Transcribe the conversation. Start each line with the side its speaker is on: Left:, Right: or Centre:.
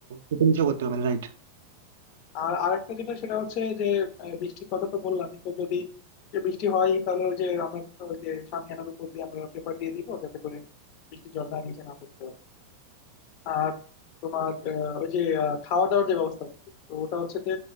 Right: উঁচু নিচু করতে হবে না right?
Left: আর আরেকটা যেটা সেটা হচ্ছে যে আহ, বৃষ্টির কথা তো বললামই তো যদি যে বৃষ্টি হয় তাহলে ওই যে আমরা ওই যে শামিয়ানার উপর দিয়ে আমরা পেপার দিয়ে দিব যাতে করে বৃষ্টির জলটা নিচে না পড়তে হয় আর তোমার আহ, ওই যে আহ, খাওয়া দাওয়ার যে ব্যবস্থা বলতে তো ওটা হচ্ছে যে